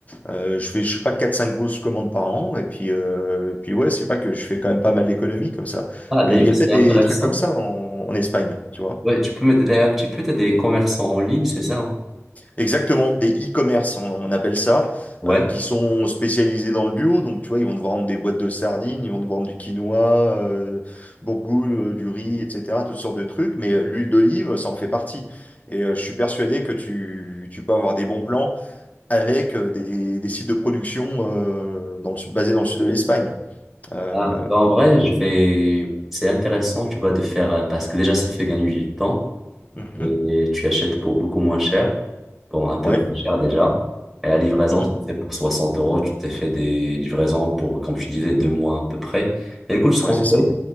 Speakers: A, on the left (about 30°); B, in the centre.
A: Euh, je fais, je sais pas, quatre cinq grosses commandes par an. Et puis, euh, et puis ouais, c'est pas que je fais quand même pas mal d'économies comme ça.
B: Ah,
A: Mais
B: d'ailleurs,
A: il y a
B: c'est
A: peut-être des
B: intéressant.
A: trucs comme ça en en Espagne, tu vois.
B: Ouais, tu peux m'aider un petit peu, t'as des commerçants en ligne, c'est ça?
A: Exactement, des e-commerce, on, on appelle ça,
B: Ouais.
A: euh, qui sont spécialisés dans le bio. Donc, tu vois, ils vont te vendre des boîtes de sardines, ils vont te vendre du quinoa, euh, bourgoule, euh, du riz, etc., toutes sortes de trucs. Mais euh, l'huile d'olive, ça en fait partie. Et euh, je suis persuadé que tu, tu peux avoir des bons plans avec euh, des, des sites de production euh, dans le sud- basés dans le sud de l'Espagne. Euh,
B: Ah, bah en vrai, je vais. C'est intéressant, tu vois, de faire. euh, Parce que déjà, ça fait gagner du temps.
A: mhm,
B: et tu achètes pour beaucoup moins cher, bon, un peu
A: ouais,
B: moins cher déjà. Et la livraison,
A: mhm,
B: si c'est pour 60 euros, tu t'es fait des livraisons pour, comme tu disais, deux mois à peu près. Et écoute, ce qu'on
A: ouais, c'est
B: fait,
A: ça.